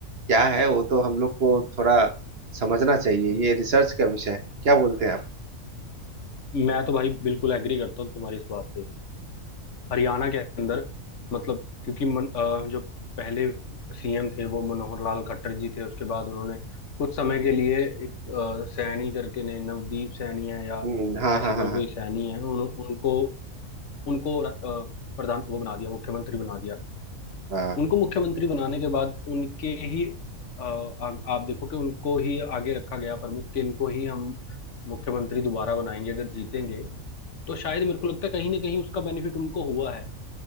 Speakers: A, on the right; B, on the left.
A: क्या है वो तो हम लोग को थोड़ा समझना चाहिए ये रिसर्च का विषय है क्या बोलते हैं आप
B: मैं तो भाई बिल्कुल एग्री करता हूँ तुम्हारी इस बात से हरियाणा के अंदर मतलब क्योंकि मन, अ, जो पहले सीएम थे वो मनोहर लाल खट्टर जी थे उसके बाद उन्होंने कुछ समय के लिए एक अ, सैनी करके ने नवदीप सैनी है या
A: हम्म, हाँ
B: ऐसे
A: हाँ हाँ
B: कोई
A: हाँ
B: कोई सैनी है उन, उनको उनको र- अ, प्रधान वो बना दिया मुख्यमंत्री बना दिया
A: हाँ
B: उनको मुख्यमंत्री बनाने के बाद उनके ही अ, आ, आप देखो कि उनको ही आगे रखा गया प्रमुख कि इनको ही हम मुख्यमंत्री दोबारा बनाएंगे अगर जीतेंगे तो शायद मेरे को लगता है कहीं ना कहीं उसका बेनिफिट उनको हुआ है